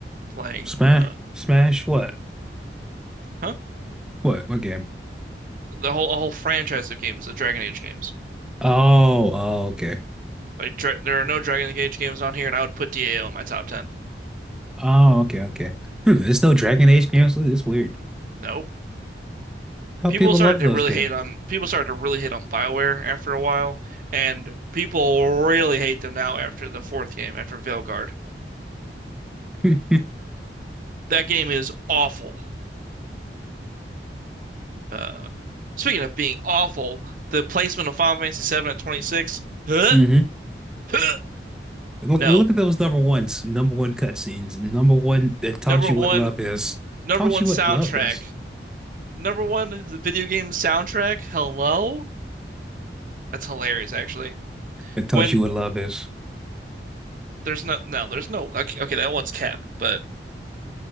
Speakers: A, on the right; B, in the centre.
A: playing.
B: Smash
A: Uh,
B: Smash what?
A: huh?
B: What what game?
A: the whole a whole franchise of games, the Dragon Age games.
B: Oh, oh okay.
A: Like dra there are no Dragon Age games on here, and I would put DAO in my top ten.
B: Oh okay okay. Hmm, there's no Dragon Age games. It's weird.
A: No,
B: How
A: people
B: people
A: started
B: love
A: to
B: those
A: really
B: games.
A: hate on people started to really hate on BioWare after a while, and people really hate them now after the fourth game, after Veilguard.
B: hmm
A: That game is awful. Uh, speaking of being awful, the placement of Final Fantasy VII at 26. Huh?
B: <laughs>
A: Huh?
B: Look
A: No,
B: look at those number ones, number one cutscenes, number one that taught
A: number
B: you
A: one,
B: what love is.
A: number
B: Taught
A: one
B: you
A: soundtrack,
B: what love is.
A: number one video game soundtrack. Hello. That's hilarious, actually.
B: It taught
A: When
B: you what love is.
A: there's no, no, there's no. Okay, okay, that one's cap, but